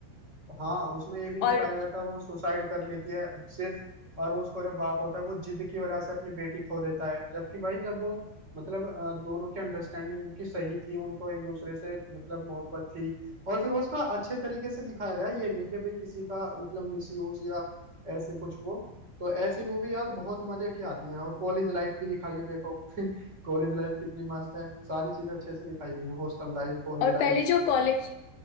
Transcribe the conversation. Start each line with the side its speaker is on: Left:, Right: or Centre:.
Right: हाँ उसमें ये भी दिखाया
Left: और
Right: गया था वो सुसाइड कर लेती है सिर्फ और वो उसका जो बाप होता है वो जिद की वजह से अपनी बेटी खो देता है जबकि भाई जब वो मतलब अ, दोनों की अंडरस्टैंडिंग उनकी सही थी उनको एक दूसरे से मतलब मोहब्बत थी और फिर वो उसका अच्छे तरीके से दिखाया गया ये नहीं कि भाई किसी का मतलब मिसयूज या ऐसे कुछ वो तो ऐसी मूवी यार बहुत मजे की आती हैं और कॉलेज लाइफ भी दिखाई है देखो <laughs> कॉलेज लाइफ कितनी मस्त है सारी चीज अच्छे से दिखाई गई है हॉस्टल लाइफ कॉलेज
Left: और
Right: लाइफ
Left: पहले जो कॉलेज